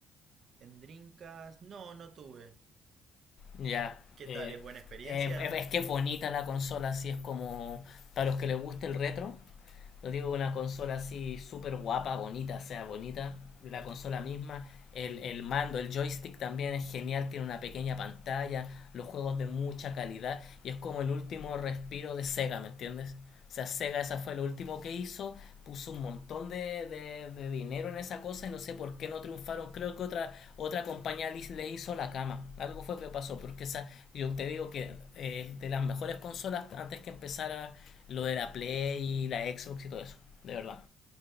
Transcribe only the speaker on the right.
en Dreamcast no, no tuve.
¿Qué
tal? ¿Es buena experiencia?